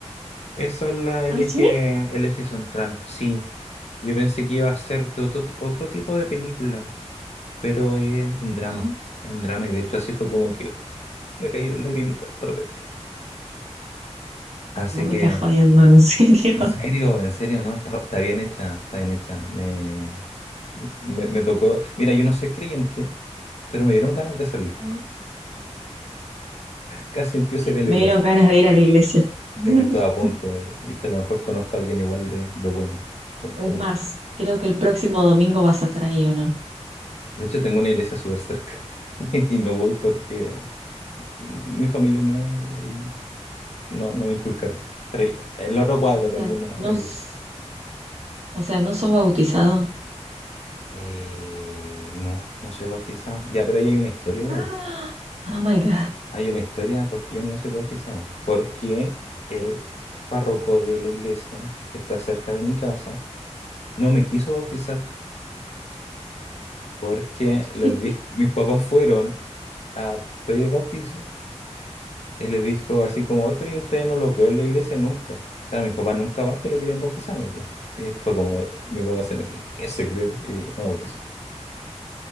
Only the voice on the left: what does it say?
Esa es la, el
eje,
el eje central, sí. Yo pensé que iba a ser de otro, ti- otro tipo de película, pero es un
drama, es un drama y de hecho así fue como que me cayeron lagrimitas de repente. Así
que,
en serio, en serio, no, está, está bien hecha, está bien hecha. Me, me, me tocó, mira, yo no soy creyente, pero me dieron ganas de serlo.
Casi empiezo a ir a la
iglesia.
Sí, estaba a punto. de- Dije, a lo mejor conozco a alguien igual de, de bueno. Como,
como
él.
De hecho, tengo una iglesia súper cerca <laughs> y no voy porque mi familia no es, no, no me inculcaron. Pero ahí- en la otra cuadra tengo
una,
una iglesia.
Eh, no, no soy bautizado. Ya, pero ahí hay una historia igual.
Hay una historia porque yo no soy bautizado. Porque el párroco de la iglesia que está cerca de mi casa no me quiso bautizar. porque les
dijo, mis papás fueron a pedir bautizo y les dijo así como, "Oye, pero yo a ustedes no los veo en la iglesia nunca. Claro, mis papás nunca van, pero querían bautizarme, po. Y fue como, mi papá se enojó, y dijo, ¿qué se cree? Y no bautizó.